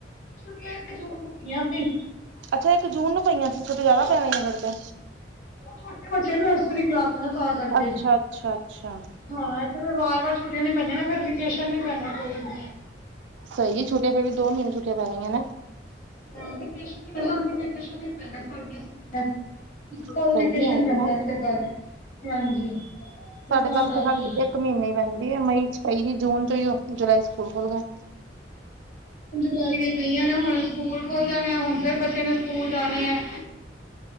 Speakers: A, on the left (about 50°); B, on the right (about 80°).
A: ਛੁੱਟੀਆਂ ਇੱਕ ਜੂਨ ਨੂੰ ਪੀਆਂ ਤੇ,
B: ਅੱਛਾ ਇੱਕ ਜੂਨ ਨੂੰ ਪਈਆਂ ਸੀ ਛੁਟੀਆ ਜਿਆਦਾ ਪੈ ਗਈਆਂ ਫੇਰ ਤੇ।
A: ਛੋਟੇ ਬੱਚੇ ਨੇ ਨਰਸਰੀ ਕਲਾਸ ਨਾ ਤਾਂ ਕਰਕੇ
B: ਅੱਛਾ- ਅੱਛਾ, ਅੱਛਾ।
A: ਹਾਂ ਇੱਥੇ ਫੇਰ ਵਾਰ- ਵਾਰ ਛੁੱਟੀਆਂ ਨੀ ਪਈਆਂ ਨੇ ਫੇਰ ਵਕੇਸ਼ਨ ਨੀ ਪੈਣਾ ਕੋਈ ਵੀ।
B: ਸਹੀ ਜੇ ਛੁੱਟੀਆਂ ਫੇਰ ਵੀ ਦੋ ਮਹੀਨੇ ਛੁੱਟੀਆਂ ਪੈ ਜਾਣੀਆਂ ਨਾ।
A: ਹਾਂ ਵਿਕੇਸ਼ਨ <unintelligible> ਪਹਿਲਾਂ ਵਕੇਸ਼ਨ ਪਹਿਲਾਂ ਨਾ ਪ ਕੀ ਪਤਾ
B: ਸਹੀ
A: ਵਕੇਸ਼ਨ
B: ਹੈ ਵਧੀਆ
A: ਪੈਂਦਾ ਇਥੇ ਬਸ, ਨਹੀਂ ਹਾਂਜੀ। ਤੇ
B: ਸਾਡੇ ਪਾਸੇ
A: ਕਰਕੇ
B: ਤਾਂ ਖਾਲੀ ਇੱਕ ਮਹੀਨੇ ਹੀ ਪੈਂਦੀ ਮਈ ਚ ਪਈ ਜ ਜੂਨ ਚ ਹ ਉ ਜੁਲਾਈ ਚ ਸਕੂਲ ਖੁਲ ਗਏ।
A: ਜੁਲਾਈ ਦੀਆਂ ਪਈਆਂ ਨੇ ਹੁਣ ਸਕੂਲ ਖੋਲ ਜਾਣੇ ਆ ਹੁਣ ਫੇਰ ਬੱਚੇ ਨੇ ਸਕੂਲ ਜਾਣੇ ਆ।